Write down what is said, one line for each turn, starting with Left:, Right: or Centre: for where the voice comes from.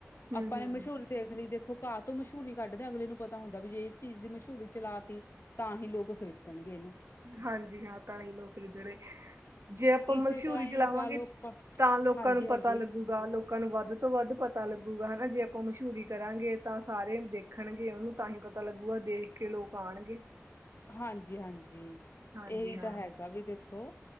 Right: ਹੂੰ
Left: ਆਪਾਂ
Right: ਹੂੰ
Left: ਨੇ ਮਸ਼ਹੂਰੀ ਦੇਖ ਲੀ, ਦੇਖੋ ਘਾਹ ਤੋਂ ਮਸ਼ਊਰੀ ਕੱਢਦੇ ਅਗਲੇ ਨੂੰ ਪਤਾ ਹੁੰਦਾ ਵੀ ਜੇ ਇਸ ਚੀਜ਼ ਦੀ ਮਸ਼ਹੂਰੀ ਚਲਾ ਤੀ, ਤਾਂ ਹੀ ਲੋਕ ਖਰੀਦਣਗੇ ਏਨੂੰ।
Right: ਹਾਂਜੀ ਹਾਂ, ਤਾਂ ਹੀ ਲੋਕ ਖਰੀਦੇ ੜੇ। ਜੇ ਆਪਾਂ ਮਸ਼ਊਰੀ
Left: ਇਸੇ ਤਰ੍ਹਾਂ ਹੀ
Right: ਚਲਾਵਾਂਗੇ
Left: ਲਗਾ ਲਓ ਆਪਾਂ
Right: ਤਾਂ ਲੋਕਾਂ
Left: ਹਾਂਜੀ
Right: ਨੂੰ ਪਤਾ
Left: ਹਾਂਜੀ
Right: ਲੱਗੂ। ਲੋਕਾਂ ਨੂੰ ਵੱਧ ਤੋਂ ਵੱਧ ਪਤਾ ਲੱਗੂਗਾ ਹਨਾਂ, ਜੇ ਆਪਾਂ ਮਸ਼ਊਰੀ ਕਰਾਂਗੇ ਤਾਂ ਸਾਰੇ ਦੇਖਣਗੇ ਓਨੂੰ। ਤਾਂ ਹੀ ਪਤਾ ਲੱਗੂਗਾ, ਦੇਖ ਕੇ ਲੋਕ ਆਣਗੇ।
Left: ਹਾਂਜੀ ਹਾਂਜੀ,
Right: ਹਾਂਜੀ
Left: ਏਹੀ
Right: ਹਾਂ
Left: ਤਾਂ ਹੈਗਾ ਵੀ ਦੇਖੋ।